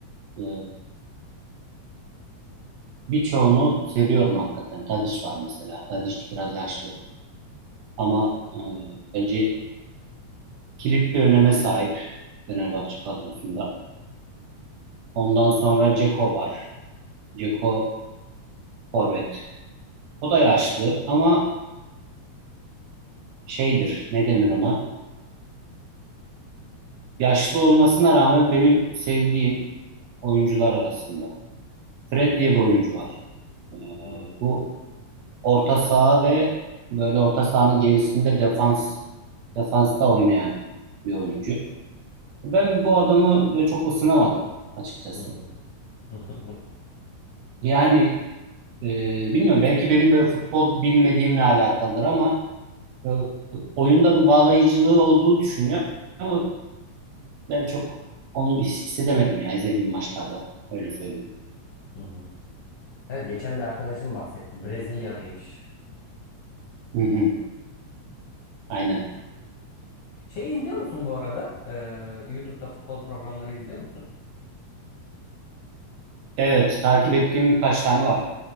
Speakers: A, on the right; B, on the left.
A: e, birçoğunu seviyorum hakikaten. Tadiç var mesela. Tadiç biraz yaşlı ama
B: Hı
A: e, bence kilit bir öneme sahip Fenerbahçe kadrosunda. Ondan sonra Ceko var. Ceko forvet. O da yaşlı ama şeydir. Ne denir ona? Yaşlı olmasına rağmen benim sevdiğim oyuncular arasında. Fred diye bir oyuncu var. Ee,
B: hı.
A: bu orta saha ve böyle orta sahanın gerisinde defans defansta oynayan bir oyuncu. Ben bu adamı böyle çok ısınamadım açıkçası.
B: Hı hı. <laughs>
A: Yani e, bilmiyorum belki benim böyle futbol bilmediğimle alakalıdır ama e, oyunda bir bağlayıcılığı olduğu düşünüyorum ama ben çok onu hissedemedim ya izlediğim maçlarda öyle söyleyeyim.
B: Hı hı. Evet geçen bir arkadaşım bahsetti. Brezilyalıymış.
A: Hı hı, aynen.
B: Şey izliyor musun bu arada? Ee, YouTube'da futbol programları izliyor musun?
A: Evet takip ettiğim birkaç tane var.